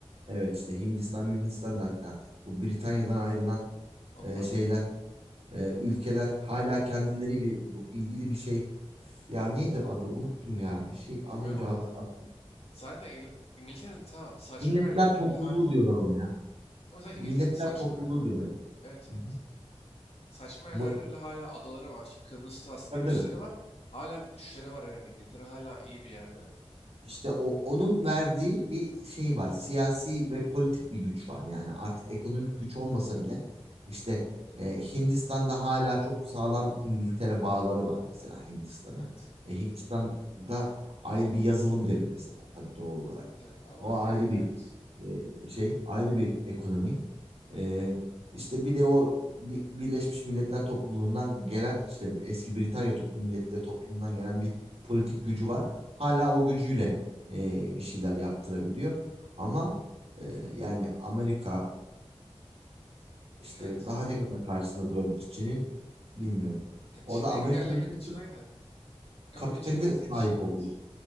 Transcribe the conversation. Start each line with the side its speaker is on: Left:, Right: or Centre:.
Right: Evet işte Hindistan, Hindistan da hatta bu Britanya'dan ayrılan
Left: Onlar
Right: e, şeyler,
Left: da mı? Tamam.
Right: e, ülkeler hala kendileriyle ilgili bir şey. Ya neydi adı? Unuttum ya. Bir şey az
Left: Bilmiyorum
Right: önce ad,
Left: da abi.
Right: ad-
Left: Zaten İrla- İngiltere'nin ta saçma
Right: Milletler
Left: yerlerde
Right: Topluluğu
Left: bile hala.
Right: diyorlar ona ya.
Left: Ama zaten
Right: Milletler
Left: İngiltere'nin saçma
Right: topluluğu
Left: yerlerde
Right: diyorlar.
Left: bile. Evet
Right: Hı
Left: evet.
Right: hı.
Left: Saçma yerlerde
Right: Bu
Left: bile hala adaları var. Kıbrıs'ta askeri
Right: tabii tabii.
Left: üsleri var. Hala bir güçleri var evet. İngiltere hala iyi bir yerde.
Right: İşte o onun verdiği bir şey var. Siyasi ve politik bir güç var. Yani artık ekonomik güç olmasa bile işte e, Hindistan'da hala çok sağlam İngiltere bağları var mesela Hindistan'ın.
Left: Evet.
Right: E, Hindistan'da ayrı bir yazılım devi mesela tabii doğal olarak.
Left: Tabii ama
Right: O
Left: yani
Right: ayrı
Left: evet.
Right: bir e, şey, ayrı bir ekonomi. E, işte bir de o Bi- Birleşmiş Milletler topluluğundan gelen işte eski Britanya top, Milletleri topluluğundan gelen bir politik gücü var. Hala o gücüyle e, bir şeyler yaptırabiliyor. Ama e, yani Amerika işte
Left: Evet.
Right: daha ne kadar karşısında durabilir Çin'in bilmiyorum.
Left: E,
Right: O
Left: Çin'i
Right: da Amerika'da
Left: engellemek
Right: işte
Left: için
Right: sırf
Left: aynen. Yapabilecekleri
Right: kapitali de
Left: tek
Right: sahip
Left: şey evet.
Right: olduğu için.